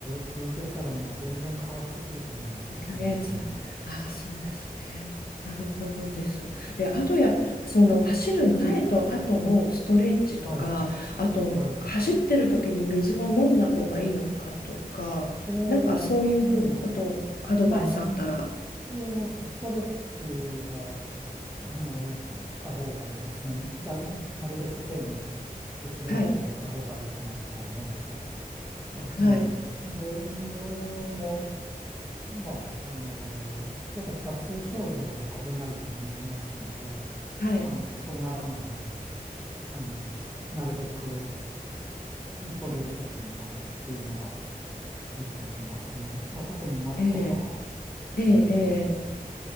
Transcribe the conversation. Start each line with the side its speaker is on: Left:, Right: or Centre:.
Centre: 続けたらもう全然変わってくると思いますよ、その辺は。
Left: ヶ月。ああ、そうですね。なるほどです。で、あとや、その走る前と後のストレッチとか、
Centre: はい、
Left: あと走ってる時に水は飲んだ方がいいのとかとか、
Centre: はい。えーとね、
Left: なんかそういうこと、アドバイスあったら、
Centre: まあ、みず、えーと、ストレッチはし、あの、しした方がいいですね。だる、なるべく丁寧にできるならやった方がいいかなとは思います。
Left: はい、
Centre: あ
Left: はい、
Centre: ええで、水も、まあ、あの、やっぱり脱水症状は危ないと思いますんで、
Left: はい、
Centre: あの、そうならないように、あの、なるべくうん取れるときに取るっていうのがいいと思いますね。まあ、特に夏とかは、
Left: ええ、ええ、
Centre: あの、
Left: ええ、